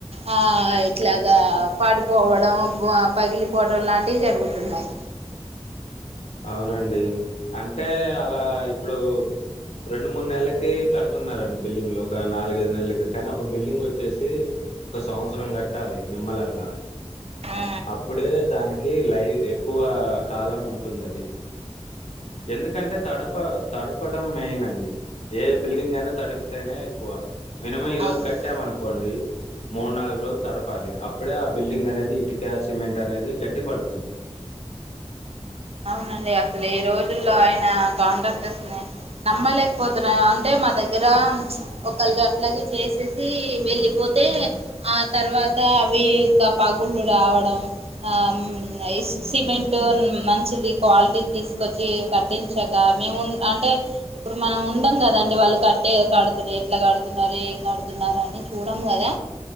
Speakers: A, on the right; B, on the left.
A: ఆ ఇట్లాగా పాడిపోవడం పగిలి ఫోటం లాంటివి జరుగుతున్నాయి
B: అవునండి అంటే అలా ఇప్పుడు రెండు మూడు నెలలకి కడుతున్నారండి బిల్డింగ్ లో ఒక నాలుగైదు నెలలకి కానీ ఒక బిల్డింగ్ వచ్చేసి ఒక సంవత్సరం కట్టాలి నిమ్మలంగా
A: ఆ
B: అప్పుడే దానికి లైవ్ ఎక్కువ కాలం ఉంటుంది అది ఎందుకంటే తడప తడుపడం మెయిన్ అండి ఏ బిల్డింగ్ అయినా తడిపితేనే ఎక్కువ మినిమం ఈ రోజు
A: ఆ, అవును
B: కట్టామనుకోండి మూడు నాలుగు రోజులు తడపాలి ఇప్పుడే ఆ బిల్డింగ్ అనేది ఇటుక సిమెంట్ అనేది గట్టి పడుతుంది
A: అవునండి అసలు ఈ రోజుల్లో ఆయన కాంట్రాక్టర్స్ ని నమ్మలేకపోతున్నా అంటే మా దగ్గర ఒకళ అట్లాగ చేసేసి వెళ్ళిపోతే ఆ తర్వాత అవి కా పగుళ్ళు రావడం ఆ ఇస్ సిమెంట్ మ ది క్వాలిటీ తీసుకొచ్చి కట్టించక మేము అంటే ఇప్పుడు మనం ఉండం కదండి వ వాళ్ళు కట్టే కడుతున్నారు ఎట్లా కడుతున్నారు ఏం కడుతున్నారు అని చూడం కదా